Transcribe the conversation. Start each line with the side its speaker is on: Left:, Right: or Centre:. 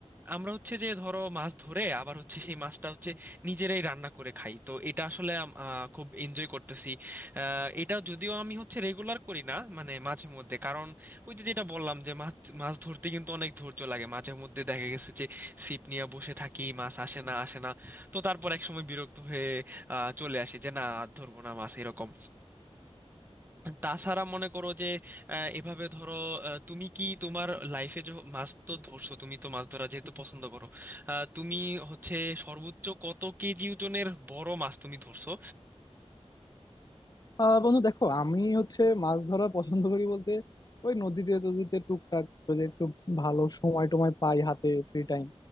Right: আমরা হচ্ছে যে ধরো মাছ ধরে আবার হচ্ছে সেই মাছটা হচ্ছে নিজেরাই রান্না করে খাই তো এটা আসলে আম- আহ, খুব এনজয় করতেছি আহ, এটা যদিও আমি হচ্ছে রেগুলার করি না মানে মাঝে মধ্যে কারণ ওই যে যেটা বললাম যে মাছ মাছ ধরতে কিন্তু অনেক ধৈর্য লাগে মাঝে মধ্যে দেখা গেছে যে ছিপ নিয়ে বসে থাকি মাছ আসে না আসে না তো তারপর এক সময় বিরক্ত হয়ে আহ, চলে আসি যে না আর ধরবো না মাছ এরকম তাছাড়া মনে করো যে আহ, এভাবে ধরো আহ, তুমি কি তোমার লাইফে যে মাছ তো ধরছো তুমি তো মাছ ধরা যেহেতু পছন্দ করো আহ, তুমি হচ্ছে সর্বোচ্চ কত কেজি ওজনের বড় মাছ তুমি ধরছো
Left: আহ বন্ধু দেখো আমি হচ্ছে মাছ ধরা পছন্দ করি বলতে ওই নদীতে টদীতে টুকটাক যদি একটু ভালো সময় টময় পাই হাতে ফ্রি টাইম